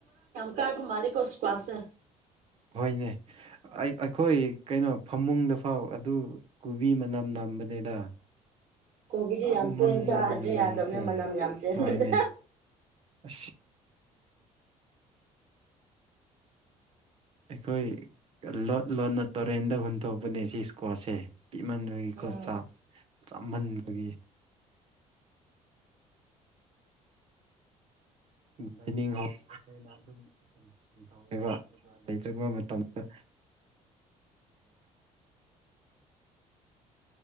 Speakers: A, on the right; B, on the right.
A: ꯀꯥꯏ ꯃꯥꯔꯤ ꯀꯁꯨꯄꯥꯁꯦ
B: ꯍꯣꯏꯅꯦ ꯑꯩꯈꯣꯏ ꯀꯩꯅꯣ ꯐꯃꯨꯡꯗ ꯐꯥꯎ ꯑꯗꯨ ꯀꯣꯕꯤ ꯃꯅꯝ ꯅꯝꯕꯅꯦꯗ
A: ꯀꯣꯕꯤꯗꯤ
B: ꯆꯃꯟꯕꯒꯤꯈꯣꯏ
A: ꯌꯥꯝ ꯇꯣꯏꯅ ꯆꯥꯗ꯭ꯔꯤ ꯌꯥꯗꯕꯅꯦ ꯃꯅꯝ ꯌꯥꯝ ꯆꯦꯟꯕꯅꯦ
B: ꯍꯣꯏꯅꯦ ꯑ ꯑꯩꯈꯣꯏ ꯂꯣꯠ ꯂꯣꯠꯅ ꯇꯨꯔꯦꯟꯗ ꯍꯨꯟꯊꯣꯛꯄꯅꯦ ꯁꯤ ꯏꯁꯀ꯭ꯋꯥꯁꯁꯦ ꯄꯤꯃꯟꯕꯒꯤꯀꯣꯠ
A: ꯎꯝ
B: ꯆꯥꯛ ꯆꯥꯝꯃꯟꯕꯒꯤ ꯗꯥꯥꯏꯅꯤꯡ ꯍꯣꯜ ꯑꯗꯨꯝ ꯊ ꯂꯩꯕ ꯂꯩꯇ꯭ꯕ ꯃꯇꯝꯗ